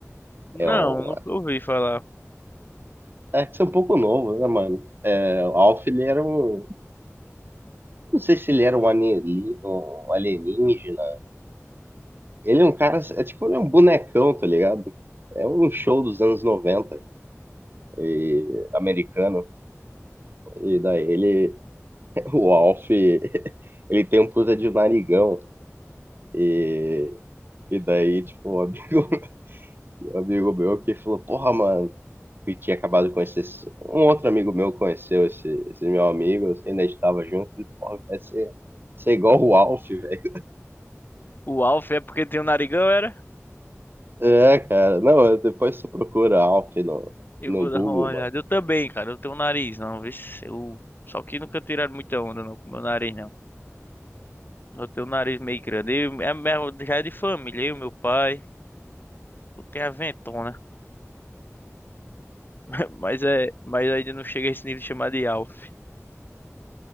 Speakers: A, on the left; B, on the right.
A: Não,
B: É um.
A: nunca ouvi falar.
B: É que você é um pouco novo, né, mano? É, o Alf, ele era um. Não sei se ele era um alieni- um alienígena. Ele é um cara. É tipo, ele é um bonecão, tá ligado? É um show dos anos 90. e- americano. E daí ele, <laughs> o Alf, ele tem um puta de narigão. E, e daí, tipo, um amigo, <laughs> um amigo meu que falou, porra, mano, que tinha acabado de conhecer. esse- Um outro amigo meu conheceu esse, esse meu amigo, ainda estava junto. Ele, falou, porra, quer ser, ser igual o Alf, <laughs> velho.
A: O Alf é porque tem um narigão, era?
B: É, cara, não, depois você procura Alf no,
A: Eu
B: no
A: vou
B: Google,
A: dar uma olhada.
B: mano.
A: Eu também, cara. Eu tenho um nariz, não. Vê se eu... Só que nunca tiraram muita onda não, com meu nariz, não. Eu tenho um nariz meio grande. Eu, é, mesmo- já é de família, eu, meu pai. Eu tenho a ventona. <laughs> Mas, é, mas ainda não chega a esse nível de chamar de Alf.